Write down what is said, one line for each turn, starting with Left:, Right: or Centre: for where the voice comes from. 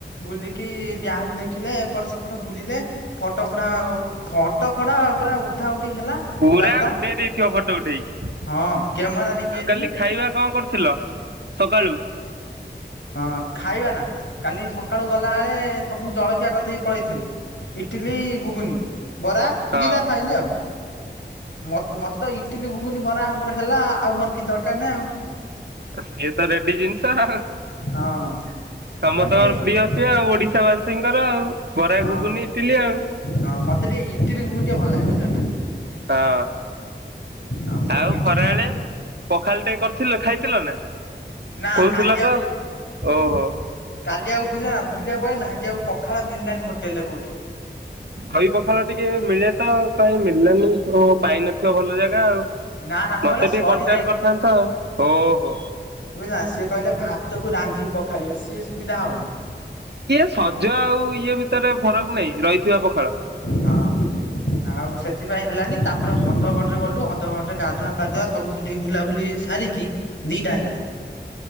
Left: ବୁଲିକି ଡ୍ୟାମ ଦେଖିଲେ, ଏପଟ ସେପଟ ବୁଲିଲେ, ଫଟୋ ଫୁଟା ଆ ଫଟ ଫଟ ପୁରା ଉଠା ଉଠି ହେଲା।
Right: ପୁରା
Left: ଚାଲିଲା।
Right: ଉଡେଇଥିବ ଫଟୋ ଉଠେଇକି,
Left: ହଁ କ୍ୟାମେରା ନେଇକି ଯାଇଥିଲୁ।
Right: ଆଉ କାଲି ଖାଇବା କଣ କରିଥିଲୁ? ସକାଳୁ।
Left: ହଁ ଖାଇବା ନା କାଲି ସକାଳୁ ଗଲାବେଳେ ସବୁ ଜଳଖିଆ କରିଦେଇକ ପଳେଇଥିନୁ। ଇଟିଲି, ଗୁଗୁନି, ବରା ଯିଏ
Right: ହଁ
Left: ଯାହା ଖାଇଲି ଆଉ। ମତେ ମତେ ତ ଇଟିଲି, ଗୁଗୁନି, ଆମର ହେଲା ଆଉ ମୋର କିଛି ଦରକାର ନାହିଁ ଆଉ।
Right: ସିଏ ତ ରେଡି ଜିନିଷ ଆଉ।
Left: ଆଉ ହଁ
Right: ସମସ୍ତଙ୍କର
Left: ମତେ ଟିକେ
Right: ପ୍ରିୟ ସିଏ ଆଉ ଓଡିଶା ବାସୀ ବାସୀଙ୍କର ଆଉ। ବରା,
Left: ହଁ
Right: ଘୁଗୁନି, ଇଟିଲି ଆଉ।
Left: ହଁ ମତେ ଟିକେ ଇଟିଲି ଘୁଗୁନି ଟିକେ ଭଲ ଲାଗେ ବୁଝିଲ
Right: ହଁ।
Left: ହଁ। ମୁଁ
Right: ଆଉ
Left: ଇଟିଲି
Right: ଖରାବେଳେ ପଖାଳ ଟିକେ କରିଥିଲ ଖାଇଥିଲ ନା?
Left: ନା
Right: କହୁଥିଲା
Left: କାଲି ଆଉ
Right: ତ ଓହୋ।
Left: କାଲି ଆଉ ବୁଝିଲା ନା <unintelligible> ସେଠି ଆଉ ପଖାଳ ମିଲାନି ହୋଟେଲରେ କୋଉଠି?
Right: ଦହି ପଖାଳ ଟିକେ ମିଳେ ତ କାଇଁ ମିଳିଲାନି? ଓହୋ ପାଇନଥିବ ଭଲ ଜାଗା ଆଉ।
Left: ନା ନା କଣ
Right: ମତେ
Left: କହିଲ ସରି
Right: ଟିକେ କଣ୍ଟାକ୍ଟ କରିଥାନ୍ତ? ଓହୋ,
Left: ବୁଝିଲନା ସିଏ କହିଲେ ଭାତକୁ ରାନ୍ଧିକି ପଖାଳିବେ ସିଏ ସୁବିଧା ହେବ ନା।
Right: ଇଏ ସଜ ଆଉ ଇଏ ଭିତରେ ଫରକ ନାଇଁ ରହିଥିବା ପଖାଳ।
Left: ହଁ। ଆଉ ସେଥିପାଇଁ ହେଲାନି ତାପରେ ହଦ ଗଡରେ ଗଲୁ ହଦ ଗଡ ରେ ଗାଧୁଆ ପାାଧୁଆ ସବୁ ସେଠିକି ବୁଲାବୁଲି ସାରିକି ଦିଟା ହେଇଗଲା।